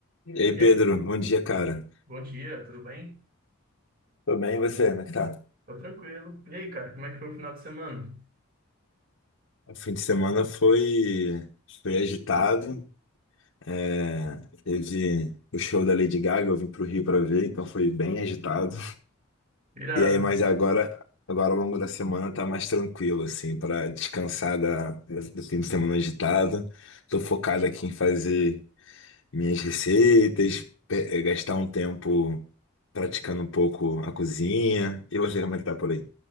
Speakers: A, on the left; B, on the right.
A: Ei,
B: E
A: Pedro,
B: aí,
A: bom dia, cara.
B: bom dia, tudo bem?
A: Tô bem, e você? Como é que tá?
B: Tô tranquilo. E aí, cara, como é que foi o final de semana?
A: O fim de semana foi, foi agitado. É, teve o show da Lady Gaga, eu vim pro Rio pra ver, então foi bem agitado.
B: Irado.
A: E aí, mas agora, agora ao longo da semana tá mais tranquilo, assim, pra descansar da, da- do fim de semana agitado. Tô focado aqui em fazer minhas receitas, pe- eh, gastar um tempo praticando um pouco a cozinha. E você, como é que tá por aí?